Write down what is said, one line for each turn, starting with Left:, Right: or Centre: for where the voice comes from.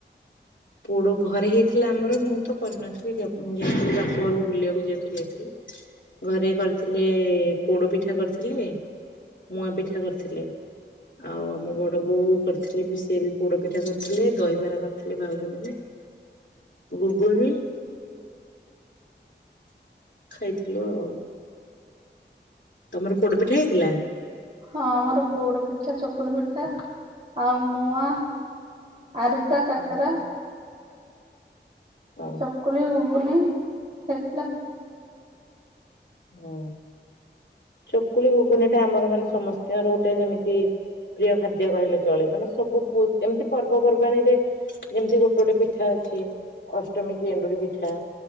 Left: ପୋଡ ଘରେ ହେଇଥିଲା ଆମର ମୁଁ ତ କରିନଥିଲି। ମୁଁ ଯାଇଥିଲି ବାପଘରକୁ ବୁଲିବାକୁ ଯେହେତୁ ଯାଇଥିଲୁ ଘରେ କରିଥିଲେ ପୋଡ ପିଠା କରିଥିଲେ, ମୁଆ ପିଠା କରିଥିଲେ, ଆଉ ଆମ ବଡବୋଉ କରିଥିଲେ ସିଏ ବି ପୋଡ ପିଠା କରିଥିଲେ, ଦହିବରା କରିଥିଲେ ଭାଉ ଘୁଘୁନି ଘୁଘୁନି ଖାଇଥିଲୁ ଆଉ ତମର ପୋଡ ପିଠା ହେଇଥିଲା।
Right: ହଁ ଆମର ପୋଡ ପିଠା, ଚକୁଳି ପିଠା ଆଉ ମୁୂଆ ଆରିସା କାକରା
Left: ଓହୋ ହଁ
Right: ଚକୁଳି ଘୁଗୁନି। ହେତ ନା
Left: ହୁଁ ଚକୁଳି ଘୁଗୁନି ଟା ଆମର ମାନେ ସମସ୍ତଙ୍କର ଗୋଟେ ଯେମିତି ପ୍ରିୟ ଖାଦ୍ୟ କହିଲେ ଚଳେ ମାନେ ସବୁ ଏମିତି ପର୍ବପର୍ବାଣୀରେ ଯେମିତି ଗୋଟେ ଗୋଟେ ପିଠା ଅଛି, ଅଷ୍ଟମୀ କି ଏଣ୍ଡୁରୀ ପିଠା